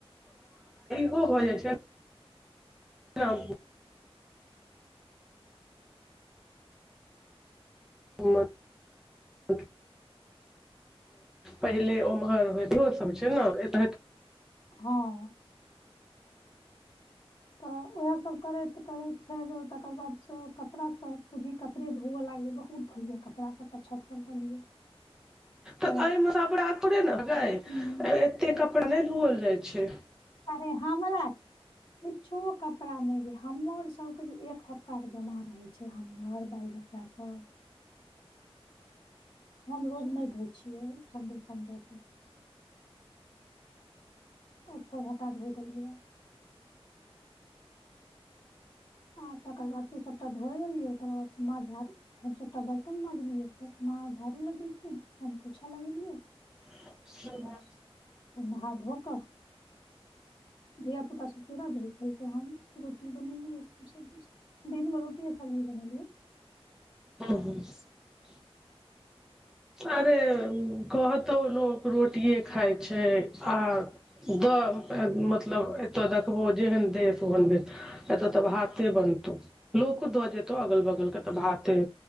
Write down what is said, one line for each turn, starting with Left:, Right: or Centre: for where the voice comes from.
Centre: ओहो भऽ जाइ छै ह <unintelligible> हमर <unintelligible> पहिले ओम्हर होइ होसभ छै ने एतत
Left: हँ तऽ ओएह सब करैत करैत फेर तकर बादसँ कपड़ाँ पूँजी कपड़े धोअ लागलै बहुत य कपड़ा सबटा छतपर देलियै
Centre: तऽ
Left: फेर
Centre: एहिमे सबड़ा ोड़े ने ग
Left: उम,
Centre: एते कपड़ा नहि धुअल जाइ छै
Left: अरे हामरा किछो कपड़ा नहि य हमर सभके जे एक हफ्ताके जमा रहै छै हमर बाल बच्चाके हम रोज नहि धोइ छियै संडे संडे के ओ छोड़ हटा धोइ देलियै आ तकर बाद से ओ सभटा धोइ लेलियै तकर बाद माँ झा रु हम सभटा बर्तन माँजलियै फेर माँ झाड़ू लगेलथिन हम पोछा लगेलियै
Centre: <inaudible>
Left: त नहा धो क धिया पुता सब चुरा दही खेल क‌इ हम रोटी बनेलियय दिनमे रोटीये सबजी बनेलीयय।
Centre: <unintelligible> अरे कहतौ लोक रोटिये खाय छैय आ द मतलब एतऽ देखबो जेहन देश ओहन भेस एतऽ तऽ भाते बनतौ। लोको दऽ देतौ अगल बगलके तऽ भाते